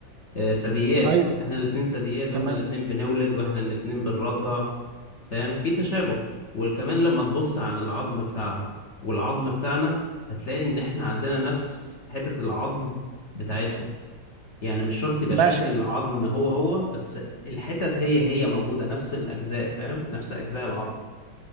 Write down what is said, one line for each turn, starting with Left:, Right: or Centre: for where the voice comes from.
Left: آه، ثدييات
Right: ايوه
Left: احنا الاتنين ثدييات
Right: تمام
Left: واحنا الاتنين بنولد واحنا الاتنين بنرضع فاهم في تشابه وكمان لما تبص عن العظم بتاعهم والعظم بتاعنا هتلاقي ان احنا عندنا نفس حتة العظم بتاعتهم يعني مش شرط يبقى
Right: ماشي
Left: شكل العظم هو هو بس الحتت هي هي موجودة نفس الأجزاء فاهم نفس أجزاء العظم